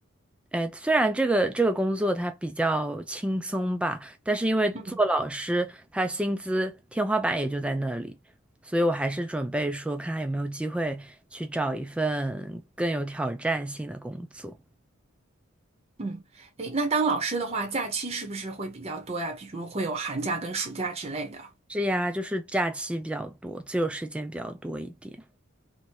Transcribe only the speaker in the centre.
哎，虽然这个这个工作它比较轻松吧，但是因为做老师，
他薪资天花板也就在那里，所以我还是准备说，看看有没有机会去找一份更有挑战性的工作。
是呀，就是假期比较多，自由时间比较多一点。